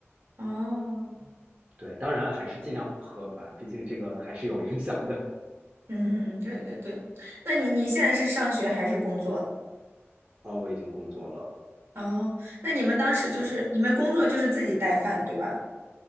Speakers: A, on the right (about 60°); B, on the right (about 40°).
A: 哦。
B: 对，当然还是尽量不喝吧，毕竟这个还是有影响的。
A: 嗯嗯，对对对。那你你现在是上学还是工作？
B: 哦，我已经工作了，
A: 哦，那你们当时就是你们工作就是自己带饭，
B: 对。
A: 对吧？